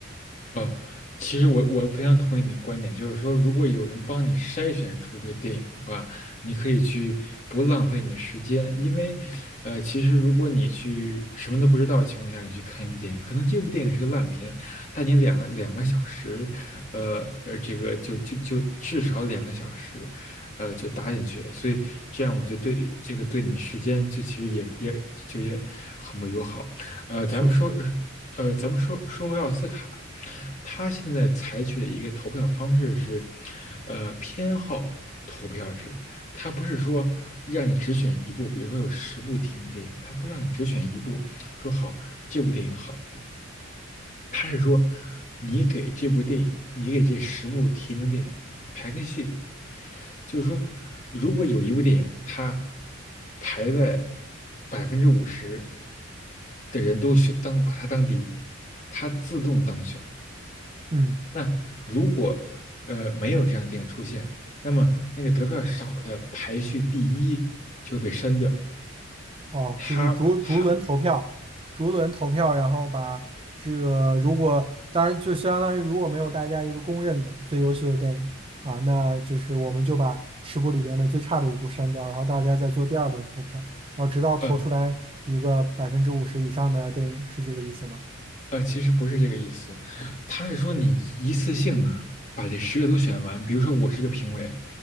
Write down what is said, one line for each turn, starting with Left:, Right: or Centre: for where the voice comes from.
Left: 呃，其实我我非常同意你的观点，就是说，如果有人帮你筛选出这个电影的话，你可以去不浪费你的时间，因为，呃，其实如果你去什么都不知道的情况下，你去看一部电影，可能这部电影是个烂片，但你两个两个小时，呃呃，这个就就就至少两个小时，呃，就搭进去了，所以这样我觉得对这个对你的时间就其实也也就也很不友好。呃，咱们说呃呃，
Right: 确实，
Left: 咱们说说回奥斯卡，他现在采取的一个投票方式是，呃，偏好投票制，他不是说让你只选一部，比如说有十部提名的电影，他不让你只选一部，说好这部电影好，他是说你给这部电影，你给这十部提名电影排个序，就是说，如果有一部电影它排在百分之五十的人都选当把它当第一，它自动当选。
Right: 嗯，
Left: 那如果呃没有这样的电影出现，那么那个得票少的排序第一就会被删掉。
Right: 哦，
Left: 它它
Right: 就是逐逐轮投票，逐轮投票，然后把这个如果当然就相当于如果没有大家一个公认的最优秀的电影啊，那就是我们就把十部里边的最差的一部删掉，然后大家再做第二轮投票，然后直到投出来一个百分之五十以上的电影，
Left: 呃
Right: 是这个意思吗？
Left: 呃，其实不是这个意思，他是说你一一次性啊，把这十个都选完。比如说，我是一个评委，